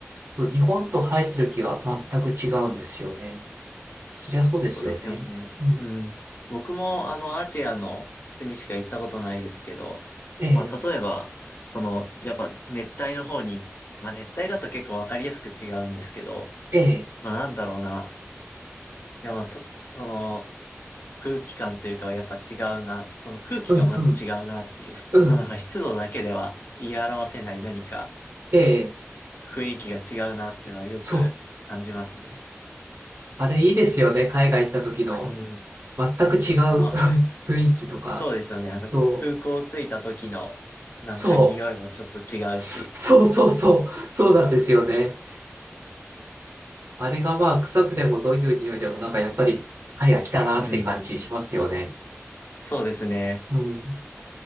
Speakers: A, on the right; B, on the left.
A: そう、日本と生えてる木が全く違うんですよね。そりゃそうですよね。
B: そうですよね。
A: うん、
B: うん。僕もあの、アジアの国しか行ったことないですけど、
A: ええ、
B: まあ、例えば、その、やっぱ熱帯の方に、まあ、熱帯だと結構わかりやすく違うんですけど、
A: ええ、
B: まあ、なんだろうな。いや、まあ、と、その、空気感というか、やっぱ違うな。その空気がまず違うなっていう、
A: うん、うん、うん、
B: まあ、なんか湿度だけでは言い表せない何か、
A: ええ、
B: 雰囲気が違うなっていうのはよく感じますね。
A: そう。あれいいですよね。海外行った時の。
B: うん。
A: 全く違う
B: あの、
A: <laughs>
B: <laughs>
A: 雰囲気とか、
B: そうですよね。あの、
A: そう、
B: 空港着いた時のなんか匂いもちょっと違うし。
A: そう、そそうそうそう、そうなんですよね。あれがまあ臭くてもどういう匂いでもなんかやっぱり肺が来たなって感じしますよね。
B: うん。そうですね。
A: うん。